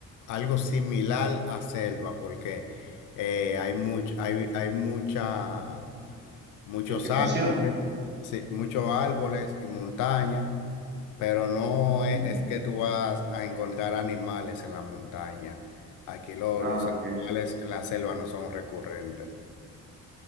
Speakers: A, on the left; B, on the right.
A: algo similar a selva porque eh, hay much- hay, hay mucha, muchos
B: vegetación.
A: árboles, sí, muchos árboles y montaña. Pero no
B: Mm.
A: e- es que tú vas a encontrar animales en la montaña. Aquí lo-
B: Ah,
A: los
B: ok.
A: animales en la selva no son recurrentes.